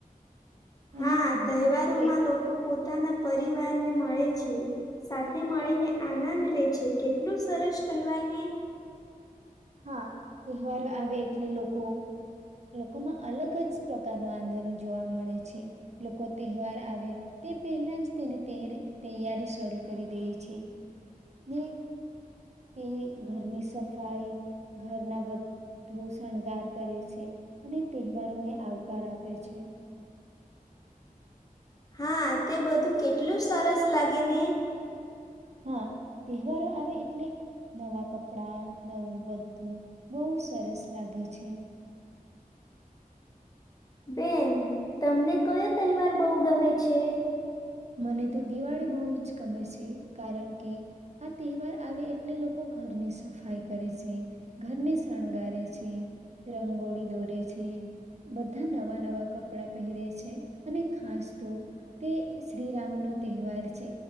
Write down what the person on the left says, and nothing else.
હા
તેહવારોમાં
લોકો પોતાના પરિવાર ને મળે છે સાથે મળીને આનંદ લે છે કેટલું સરસ કહેવાયને.
હા તે બધું કેટલું સરસ લાગેને.
બેન તમને કયો તહેવાર બહુ ગમે છે.